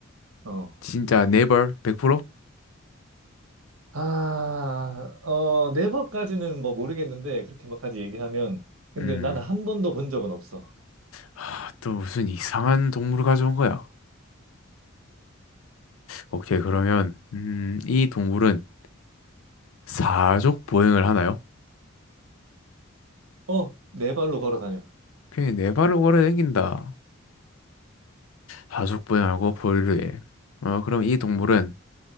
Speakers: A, on the right; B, on the left.
A: 어,
B: 진짜 never? 100%?
A: 아, 어, 네 번까지는 뭐 모르겠는데, 그렇게 막까지 얘기하면. 근데
B: 음,
A: 나는 한 번도 본 적은 없어.
B: 하... 또 무슨 이상한 동물을 가져온 거야. 오케이, 그러면 음, 이 동물은 사족 보행을 하나요?
A: 어, 네 발로 걸어 다녀.
B: 오케이, 네 발을 걸어 다긴다 사족 보행하고 포유를 해. 어, 그럼 이 동물은